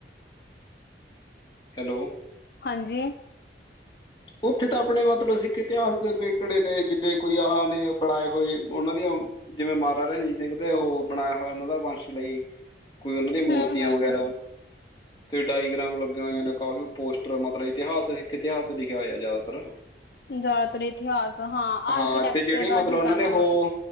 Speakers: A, on the left; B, on the left.
A: ਹੈਲੋ।
B: ਹਾਂਜੀ।
A: ਉੱਥੇ ਤਾਂ ਆਪਣੇ ਮਤਲਬ ਸਿੱਖ ਇਤਿਹਾਸ ਦੇ ਰਿਲੇਟਡ ਨੇ ਜਿੱਦਾਂ ਕੋਈ ਆਹ ਨੇ ਬਣਾਏ ਹੋਏ ਉਹਨਾਂ ਦੀਆਂ। ਜਿਵੇਂ ਮਹਾਰਾਜਾ ਰਣਜੀਤ ਸਿੰਘ ਦੇ ਉਹ ਬਣਾਇਆ ਹੋਇਆ ਉਹਨਾਂ ਦਾ ਵੰਸ਼ ਲਈ। ਕੋਈ ਉਹਨਾਂ ਦੀਆਂ ਮੂਰਤੀਆਂ
B: ਹੂੰ-ਹੂੰ-ਹੂੰ
A: ਵਗੈਰਾ। ਤੇ ਡਾਇਗ੍ਰਾਮ ਲੱਗਾ ਹੋਇਆ ਨੇ ਕਾਫੀ ਪੋਸਟਰ ਮਤਲਬ ਇਤਿਹਾਸ ਇਥੇ ਇਤਿਹਾਸ ਲਿਖਿਆ ਹੋਇਆ ਜ਼ਿਆਦਾਤਰ।
B: ਜ਼ਿਆਦਾਤਰ ਇਤਿਹਾਸ ਹਾਂ
A: ਹਾਂ
B: ਆਰਕੀਟੈਕਚਰ
A: ਤੇ ਜਿਹੜੀਆਂ ਮਤਲਬ
B: ਦਾ ਡਿਜ਼ਾਇਨ
A: ਉਹਨਾਂ ਨੇ ਉਹ
B: ਆ।